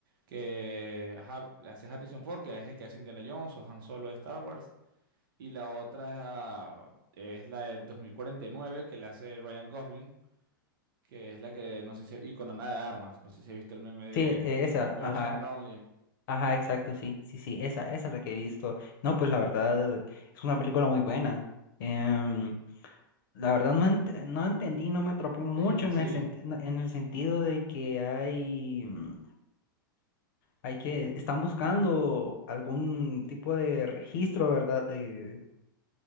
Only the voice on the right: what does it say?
que ajá, la hace Harrison Ford, que es el que hace Indiana Jones o Han Solo de Star Wars. Y la otra es, ah, es la de 2049, que la hace Ryan Gosling, que es la que, no sé si, y con Ana de Armas, no sé si has visto el meme de
You
Are So Lonely.
Sí,
sí.